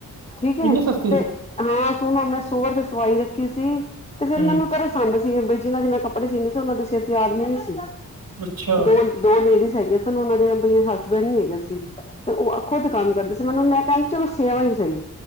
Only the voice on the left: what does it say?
ਠੀਕ ਹੈ
ਤੇ ਹਾਂ ਸੂਨੋ ਮੈਂ ਸੌ ਰੁਪਏ ਸਵਾਈ ਰੱਖੀ ਸੀ ਤੇ ਫਿਰ
ਮੈਨੂੰ ਤਰਸ ਆੰਦਾ ਸੀ ਜਿਹਨਾਂ ਦੇ ਮੈਂ ਕੱਪੜੇ ਸੀਂਦੀ ਸੀ ਉਹਨਾਂ ਦੇ ਸਿਰ ਤੇ ਆਦਮੀ ਨ ਸੀ,
ਦੋ ਦੋ ਲੇਡੀਜ਼ ਹੈਗੀਆਂ ਸਨ ਉਹਨਾਂ ਦੇ ਬਈ ਹਸਬੈਂਡ ਨੀ ਹੈਗੇ ਸੀ ਤੇ ਉਹ ਖੁਦ ਕੰਮ ਕਰਦੀ ਤੇ ਮੈਨੂੰ ਮੈਂ ਕਹਿੰਦੀ ਚਲੋ ਸੇਵਾ ਹੀ ਸਹੀ